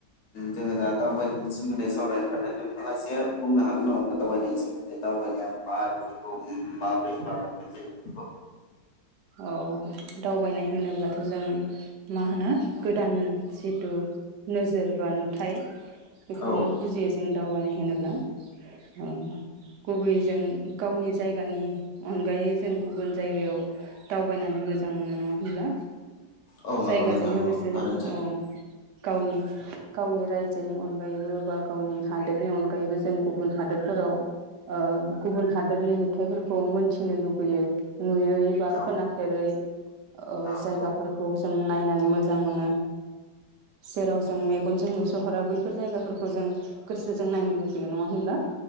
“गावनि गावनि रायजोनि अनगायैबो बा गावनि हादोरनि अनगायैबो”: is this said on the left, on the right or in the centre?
Right